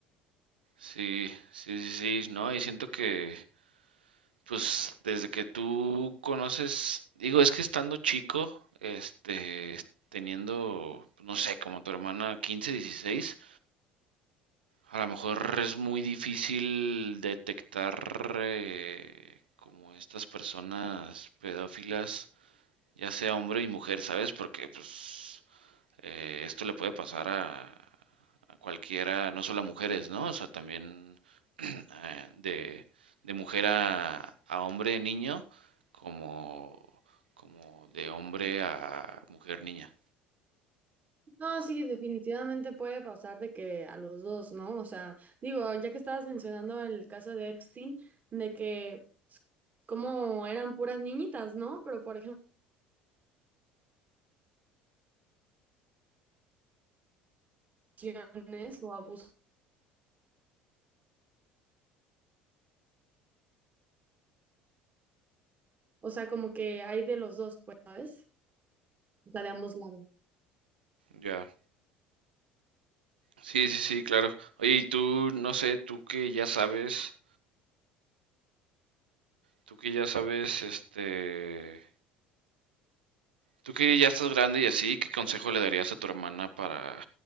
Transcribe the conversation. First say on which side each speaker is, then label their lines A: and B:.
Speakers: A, on the right; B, on the right.
A: Sí, sí, sí, sí, no, y siento que, pues, desde que tú conoces, digo, es que estando chico, este, es- teniendo, no sé, como tu hermana quince dieciséis a lo mejor es muy difícil detectar eh, como estas personas pedófilas ya sea hombre y mujer, ¿sabes? Porque pues eh, esto le puede pasar a, a cualquiera, no solo a mujeres, ¿no? O sea, también <clears throat> eh, de, de mujer a, a hombre niño, como, como de hombre a mujer niña.
B: No, sí, definitivamente puede pasar de que a los dos, ¿no? O sea, digo, ya que estabas mencionando el caso de Epstein, de que s- como eran puras niñitas, ¿no? Pero por ejemplo, violaciones o abuso, o sea, como que hay de los dos, pues, ¿sabes? O sea, de ambos lados.
A: Ya. Sí, sí, sí, claro. Oye, y tú, no sé, tú que ya sabes, tú que ya sabes, este, tú que ya estás grande y así, ¿qué consejo le darías a tu hermana para,